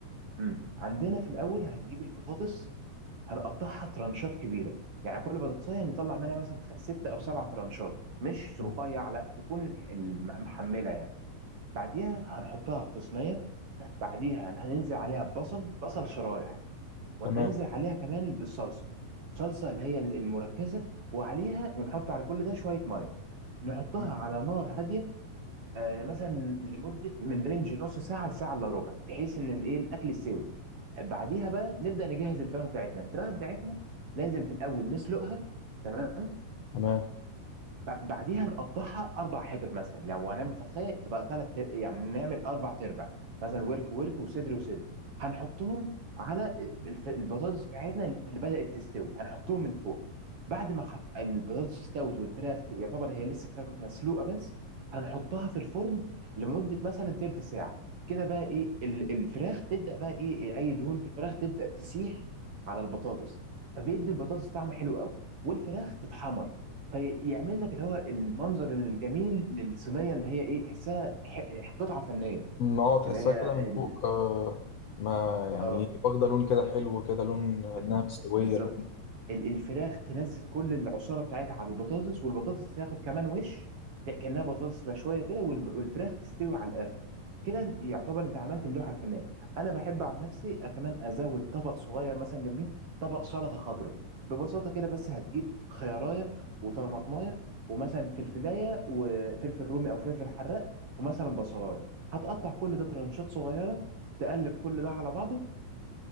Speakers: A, on the right (about 45°); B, on the left (about 65°).
A: امم عندنا في الاول هنجيب البطاطس هنقطعها ترانشات كبيره يعني كل بطاطسيه نطلع منها مثلا خ- ست او سبع ترانشات مش
B: مم.
A: رفيع لا تكون الم- محمله يعني بعديها هنحطها في صينيه بعديها هننزل عليها ببصل بصل شرايح وهننزل
B: تمام
A: عليها كمان بالصلصه صلصه اللي هي المركزه وعليها ونحط على كل ده شويه ميه نحطها
B: مم.
A: على نار هاديه آه، مثلا لمده من رينج نص ساعه لساعه الا ربع بحيث ان الايه الاكل يستوي بعديها بقى نبدا نجهز الفراخ بتاعتنا الفراخ بتاعتنا لازم في الاول نسلقها تمام
B: تمام
A: ب- بعديها نقطعها اربع حتت مثلا لو هنعمل فرخيه تبقى ثلاث يعني نعمل اربع تربع مثلا ورك ورك وصدر وصدر هنحطهم على الف- البطاطس بتاعتنا اللي بدأت تستوي هنحطهم من فوق بعد ما حط البطاطس استوت والفراخ يعتبر هي لسه مسلوقه بس هنحطها في الفرن لمده مثلا تلت ساعه كده بقى ايه ال- الفراخ تبدأ بقى ايه اي دهون في الفراخ تبدأ تسيح على البطاطس فبيدي البطاطس طعم حلو قوي والفراخ تتحمر فيعمل لك اللي هو المنظر الجميل للصينيه اللي هي ايه تحسها ح- قطعه فنيه
B: مم. اه تحسها
A: اللي هي
B: كده من
A: ال...
B: فوق آه ما يعني
A: اه
B: إيه، واخده لون كده حلو كده لون انها
A: ب- ب-
B: مستويه
A: بالظبط
B: لون
A: ال- الفراخ تنزل كل العصاره بتاعتها على البطاطس والبطاطس تاخد كمان وش ت- كانها بطاطس مشويه كده والب- والفراخ تستوي على الاخر كده يعتبر انت عملت اللوحه الفنيه انا بحب عن نفسي كمان ازود طبق صغير مثلا جنبيهم طبق سلطه خضراء ببساطه كده بس هتجيب خيارية وطماطمايه ومثلا فلفلايه وفلفل رومي او فلفل حراق ومثلا بصلايه هتقطع كل ده ترانشات صغيره تقلب كل ده على بعضه